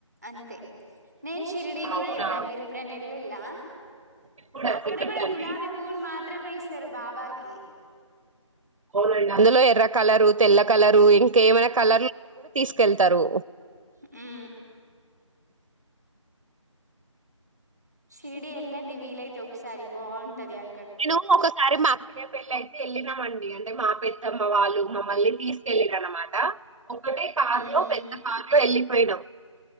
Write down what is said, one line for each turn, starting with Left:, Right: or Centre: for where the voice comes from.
Centre: అంతే నేన్ శిర్డి కూడాడ
Right: అవునా
Centre: ఎలా మీరప్పుడే న ఎల్ ఇలా ఆ
Right: ఇప్పుడు
Centre: అక్కడ
Right: ఇక్కడికండి
Centre: కూడా గులాబీ పూలు మాత్రమే ఇస్త సారు బాబాకి
Right: అవునండి అందులో ఎర్ర కలరు తెల్ల కలరు ఇంకా ఏమైనా కలర్ లు ఉన్నా కూడా తీ కెళ్తారు
Centre: హు సిరిడి వెళ్ళండి వీలైతే ఒకసారి బాగుంటది అ
Right: నేను ఒకసారి మా అక్కయ్య పెళ్లి అయితే వెళ్ళినామ అండి అంటే మా పెలి తమ్మ వాళ్ళు మమ్మల్ని తీసుకెల్లిండ్లన్నమాట ఒకటే కార్
Centre: ఉహు
Right: లో పెద్ద కార్ లో వెళ్లి మైనా